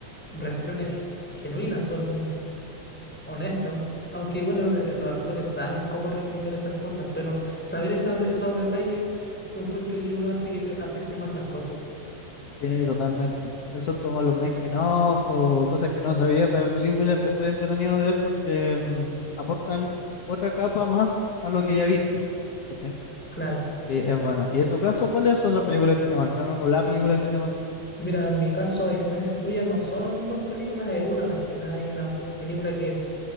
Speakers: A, in the centre; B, on the left.
A: reacciones genuinas, son honestas. Aunque bueno, de- los actores saben cómo replicar esas cosas, pero saber esos, esos detalles, encuentro que uno hace que pre- aprecie más las cosas.
B: Sí, totalmente. Eso es como los making of o cosas que no sabías de la película, siempre es entretenido de ver porque mm, aportan otra capa más a lo que ya viste. ¿Cachai?
A: Claro.
B: Y es bueno. ¿Y en tu caso, cuáles son las películas que te marcaron o la película que te marcaron?
A: Mira, en mi caso, a diferencia tuya, no son dos películas, es una más que nada, y una película que